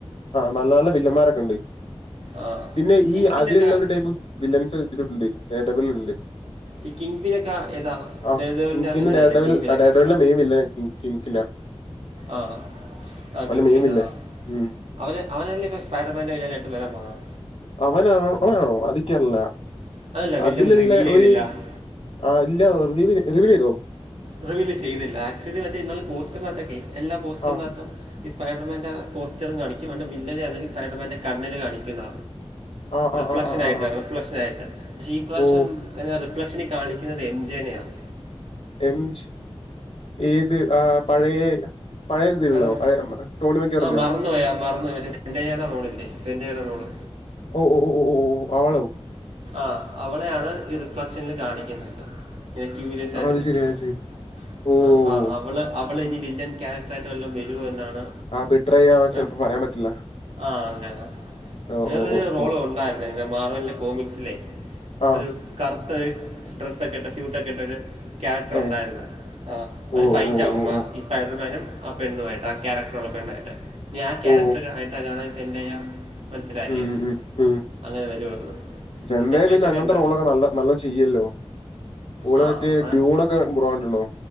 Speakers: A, on the left; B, on the right.
A: ആ നല്ല നല്ല വില്ലന്മാരൊക്കെ ഉണ്ട്.
B: ആ
A: പിന്നെ
B: കിങ്
A: ഈ
B: പിന്നൊക്കെ
A: അതിലുള്ളവരു വില്ലൻസ് ഇതിലുണ്ട്. നേട്ടബ ഉണ്ട്.
B: ഈ കിങ് പിന്നൊക്കെ ഏതാ
A: ആ
B: ഡേ ഓഫ് ലെവലിൻ്റെ
A: കിങ്പിന്റെ
B: ഇല്ലല്ലേ
A: ഡഡ
B: കിങ് പിന്നൊക്കെ
A: ഡഡബിൻ്റെ മെയിൻ വില്ലന്. ഇം കിൻക്കിന
B: ആ ആ കിംകിനാ
A: മെയിൻ വില്ലൻ ഉം
B: അവര് അവനല്ലേ ഇപ്പോൾ സ്പൈഡർമാൻ ആയിട്ടും വരാൻ പോകുന്നത്.
A: അവനാണോ അവനാണോ അതെനിക്കറില്ല
B: അതല്ല വില്ലൻ
A: അതിലുള്ള
B: റിവീൽ ചെയ്തില്ല
A: ഒരു ആ ഇല്ല റിവ റിവ്യൂ ചെയ്തോ?.
B: റിവീല് ചെയ്തില്ല. ആക്ച്വലി മറ്റേ പോസ്റ്ററിനകത്തും, എല്ലാ പോസ്റ്ററിനകത്തും
A: ആഹ്
B: ഈ സ്പൈഡർമാൻ്റെ പോസ്റ്ററും കാണിക്കും. എൻ്റെ വില്ലനെ അല്ലെങ്കിൽ സ്പൈഡർമാൻ്റെ കണ്ണിൽ കാണിക്കുന്ന
A: ആഹ് ആഹ്
B: റിഫ്ലക്ഷൻ
A: ആഹ് ആഹ് ആഹ്
B: ആയിട്ട്,
A: ആഹ്
B: റിഫ്ലക്ഷൻ ആയിട്ട്. പക്ഷെ ഈ പ്രാവശ്യം
A: ഓ
B: റിഫ്ലക്ഷനി കാണിക്കുന്നത് എം ജേനയാണ്.
A: എം ജ് ഏത് ആ പഴയ പഴയ ഇതിലുള്ളോ
B: ആട
A: പഴയ ഉം, ടോണി മക്യോറിന്റെയോ
B: ആ മറന്നു പോയി. മറന്നു പോയി സെൻ്റയൻ്റെ. റോളല്ലേ തറയുടെ റോള്
A: ഓ ഓ ഓ ഓ ആളോ
B: ആഹ് അവളയാണ് ഈ റിഫ്ലക്ഷനിൽ കാണിക്കുന്നത്. <unintelligible> ക്യൂരിയസ് ആയിട്ട്
A: അത്
B: നിൽക്കുന്നത്
A: ശരി അത് ശരി ഓ
B: ആഹ് അപ്പ
A: ഓ, ഓ.
B: അവള് അവൾനി വില്ലൻ ക്യാരട്ടർ ആയിട്ട് വരുവോ എന്നാണ്
A: ആ ബിട്രൈ ആ
B: <unintelligible>
A: ചെലപ്പോ പറയാൻ പറ്റില്ല
B: ആഹ് അങ്ങന
A: ഓ
B: വേറൊരു
A: ഓ ഓ
B: റോള്
A: ഓ
B: ഉണ്ടായിരുന്നു മാർവലന്റെ കോമിക്സിലെ
A: ആഹ്
B: ഒരു കറുത്തരു ഡ്രസ്സൊക്കെ ഇട്ട് സ്യൂട്ടൊക്കെ ഇട്ട് ഒരു ക്യാരക്ടർ
A: ഏഹ്
B: ഉണ്ടായിരുന്നു ഒരു
A: ഓ
B: ഫൈറ്റ്
A: ഓ ഓ ഓ
B: ഈ സ്പൈഡർമാനും ആഹ് പെണ്ണുമായിട്ട് ആ ഹ്ക്യാരക്ടറ ഉള്ള പെണ്ണായിട്ട് ഞാൻ ആഹ് ക്യരക്ടർ
A: ഓ
B: ആയിട്ടാ കാണാ എന്തായ മനസ്സിലായേൽ
A: ഉം ഉം ഉം ഉം
B: അങ്ങനെ വരുമെന്ന്.
A: സെന്തയ
B: സ്പെക്കുലേഷൻ
A: പിന്നെ
B: ഒക്കെ
A: അങ്ങനത്തെ
B: ഉണ്ട്
A: റോളൊക്കെ നല്ല നല്ല ചെയ്യല്ലോ ഓള്
B: ആ
A: മറ്റേ
B: ആ-
A: ഡ്യൂണൊക്കെ ബ്രോ കണ്ട്ണോ